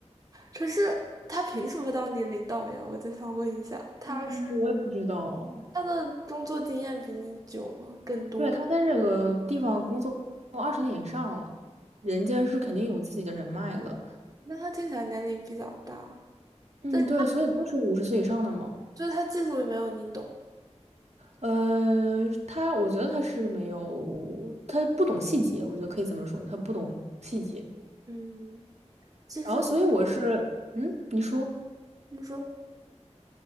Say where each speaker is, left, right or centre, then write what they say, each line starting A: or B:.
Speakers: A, on the right (about 30°); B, on the right (about 65°).
A: 可是他凭什么当你领导呀？我就想问一下，他是
B: 嗯我也不知道。
A: 他的工作经验比你久啊更多，
B: 对，他在这个地方工作二十年以上了，人家是肯定有自己的人脉的。
A: 那他听起来年龄比较大，
B: 嗯，
A: 但
B: 对，所以都是五十岁以上的嘛。
A: 就是他技术也没有你懂。
B: 呃，他我觉得他是没有，他不懂细节，我觉得可以这么说，他不懂细节。
A: 嗯，其实
B: 然后，所以我是，嗯，你说，
A: 你说。